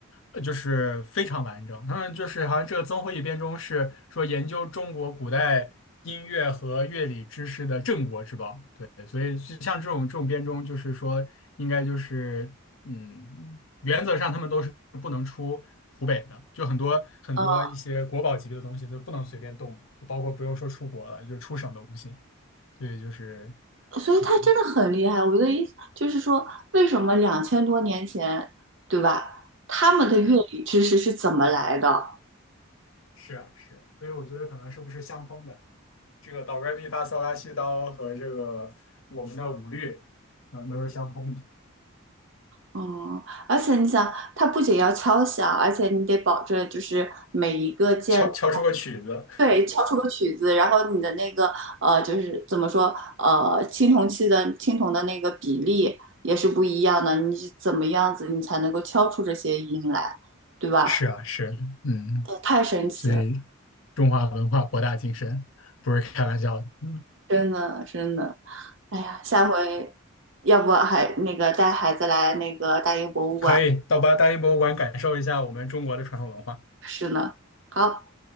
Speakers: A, on the left; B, on the right.
A: 呃就是非常完整。嗯，就是好像这个曾侯乙编钟是说研究中国古代音乐和乐理知识的镇国之宝。对，所以像这种这种编钟，就是说应该就是。嗯，原则上他们都是不能出湖北的，就很多很多一些国宝级的东西都不能随便动，
B: 嗯。
A: 包括不用说出国了，就出省都不行。所以就是，
B: 所以他真的很厉害。
A: 嗯，
B: 我的意思就是说，为什么两千多年前，对吧？他们的乐理知识是怎么来的？
A: 是是啊是，所以我觉得可能是不是相通的，这个哆来咪发嗦拉西哆和这个我们的五律，嗯，都是相通的，
B: 嗯，而且你想，它不仅要敲响，而且你得保证就是每一个键，
A: 敲敲出个曲子。
B: 对，敲出个曲子，然后你的那个呃，就是怎么说呃，青铜器的青铜的那个比例也是不一样的，你是怎么样子你才能够敲出这些音来，对吧？
A: 是啊是，嗯，
B: 呃太神奇了，
A: 所以中华文化博大精深，不是开玩笑的。嗯。
B: 真的真的。哎呀，下回要不还那个带孩子来那个大英博物馆
A: 可以到八大英博物馆感受一下我们中国的传统文化。
B: 是呢。好。